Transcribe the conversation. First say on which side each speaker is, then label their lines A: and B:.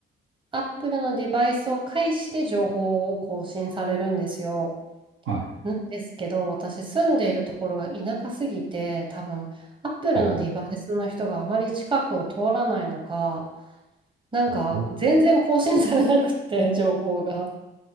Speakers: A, on the right; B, on the right.
A: Apple のデバイスを介して情報を更新されるんですよ。
B: はい。
A: なんですけど、私住んでいるところが田舎すぎて、多分、アップルのデバイスの人があまり近くを通らないのか、
B: あ、は
A: なんか全然更新されなくって、
B: おお
A: 情報が。